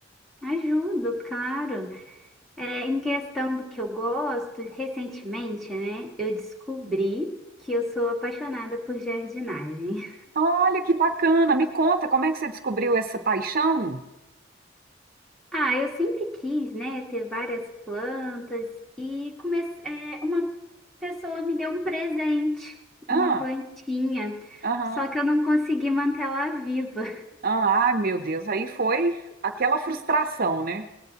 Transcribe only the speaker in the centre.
Ajudo, claro. É, em questão do que eu gosto, recentemente, né, eu descobri que eu sou apaixonada por jardinagem.
Ah, eu sempre quis, né, ter várias plantas e comece... é, uma pessoa me deu um presente, uma
plantinha,
só que eu não consegui manter ela viva.